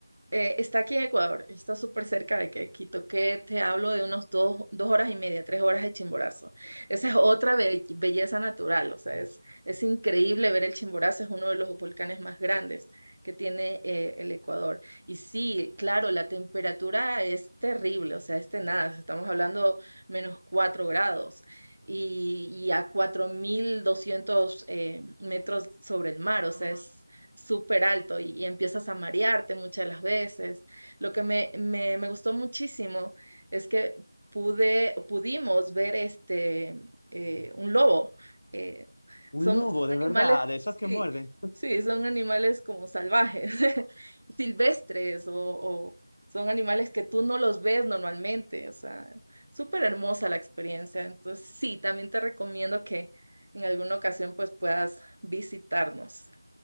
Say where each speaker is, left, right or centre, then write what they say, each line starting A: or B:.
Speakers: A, on the right; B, on the left.
A: Eh, está aquí en Ecuador, está súper cerca de que Quito, que te hablo de unos dos, dos horas y media, tres horas de Chimborazo. Esa es otra be- belleza natural, o sea, es, es increíble ver el Chimborazo, es uno de los volcanes más grandes que tiene eh, el Ecuador. Y sí, claro, la temperatura es terrible, o sea, es nada. estamos hablando menos cuatro grados y, y a 4.200 eh, metros sobre el mar, o sea, es súper alto y, y empiezas a marearte muchas de las veces. Lo que me, me, me gustó muchísimo es que pude, pudimos ver este, eh, un lobo. Eh,
B: Un
A: son,
B: lobo,
A: son
B: de
A: animales,
B: verdad, de esos
A: sí,
B: que muerden.
A: sí, son animales como salvajes, <laughs> silvestres o, o son animales que tú no los ves normalmente. O sea, súper hermosa la experiencia. Entonces, sí, también te recomiendo que en alguna ocasión pues puedas visitarnos.